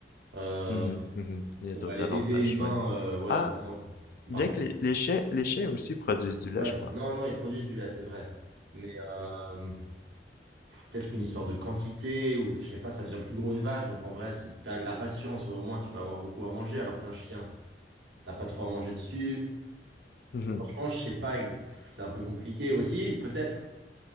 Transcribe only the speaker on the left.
Mhm, mhm. Il y
a d'autres
avantages,
oui.
Ah,
bien
que les, les chiens, les chiens aussi produisent du lait,
je crois.
<laughs>